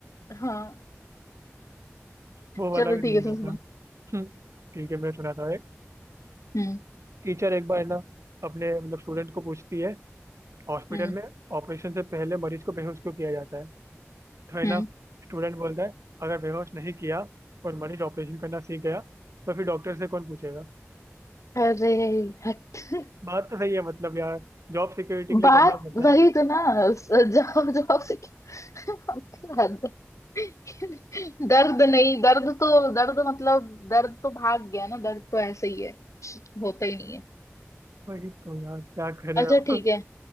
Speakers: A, on the left; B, on the right.
A: हाँ
B: वो वाला
A: चलो
B: भी
A: ठीक
B: नहीं
A: है तुम
B: रहता
A: सुना
B: हम्म, <laughs> ठीक है मैं सुनाता हूँ एक
A: हम्म
B: टीचर एक बार ना अपने मतलब स्टूडेंट को पूछती है हॉस्पिटल
A: हम्म
B: में ऑपरेशन से पहले मरीज को बेहोश क्यों किया जाता है तो है
A: हम्म
B: ना स्टूडेंट बोलता है अगर बेहोश नहीं किया और मरीज ऑपरेशन करना सीख गया तो फिर डॉक्टर से कौन पूछेगा
A: अरे हट
B: बात तो सही है मतलब यार जॉब सिक्योरिटी के लिए
A: बात
B: करना पड़ता
A: वही
B: है
A: तो ना स- जवाब जवाब से <laughs> हद है। दर्द नहीं दर्द तो दर्द मतलब दर्द तो भाग गया ना दर्द तो ऐसे ही है कुछ होता ही नहीं है
B: वही तो यार क्या कर रहे
A: अच्छा
B: हो
A: ठीक है